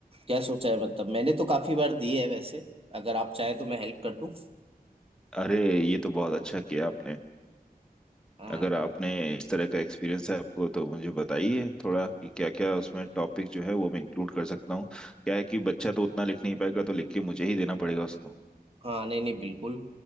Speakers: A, on the right; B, in the centre.
A: क्या सोचा है मतलब मैंने तो काफ़ी बार दिए है वैसे अगर आप चाहें तो मैं हेल्प कर दूं
B: अरे ये तो बहुत अच्छा किया आपने
A: हाँ
B: अगर आपने इस तरह का एक्सपीरियंस है आपको तो मुझे बताइए थोड़ा कि क्या क्या उसमें टॉपिक जो है वो मैं इंक्लूड कर सकता हूँ क्या है कि बच्चा तो उतना लिख नहीं पाएगा तो लिख के मुझे ही देना पड़ेगा उसको
A: हाँ नहीं नहीं बिल्कुल